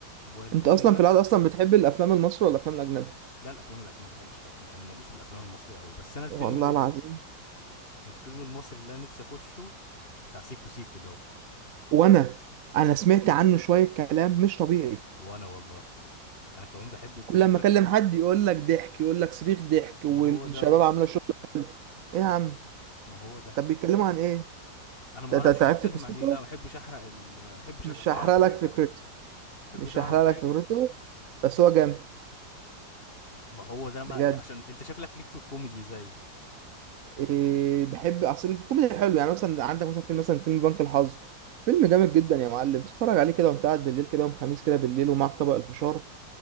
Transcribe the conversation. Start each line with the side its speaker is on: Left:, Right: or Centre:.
Left: والفيلم
Right: انت اصلا
Left: اللي انا
Right: في العادة اصلا بتحب الافلام المصري ولا الافلام الاجنبي
Left: لا الافلام الاجنبيه ما بحبش الافلام يعني ماليش في الافلام المصري قوي بس انا الفيلم
Right: والله
Left: اللي
Right: العظيم
Left: الفيلم المصري اللي انا نفسي اخشه بتاع سيكو سيكو ده
Right: وانا انا سمعت عنه شوية كلام مش طبيعي
Left: وانا والله انا كمان بحب انت
Right: كل
Left: شكلك
Right: لما اكلم حد يقول لك ضحك يقول لك صريخ ضحك
Left: ما
Right: والشباب
Left: هو ده اه
Right: عاملة شغل ايه يا عم
Left: ما هو ده
Right: طب بيتكلموا عن ايه
Left: انا ما
Right: ده
Left: اعرفش
Right: انت
Left: بيتكلم
Right: عرفت قصته
Left: عن ايه لا ما احبش احرق ال- ما احبش
Right: مش هحرق
Left: اعرف
Right: لك
Left: حاجه
Right: فكرته
Left: ما احبش
Right: مش
Left: اعرف
Right: هحرق
Left: حاجه
Right: لك فكرته بس هو جامد
Left: ما هو ده بقى
Right: بجد
Left: عشان انت شكلك ليك في الكوميدي زي
Right: إيه بحب اصل الكوميدي حلو يعني مثلا عندك مثلا فيلم مثلا فيلم بنك الحظ فيلم جامد جدا يا معلم تتفرج عليه كده وانت قاعد بالليل كده يوم خميس كده بالليل ومعاك طبق الفشار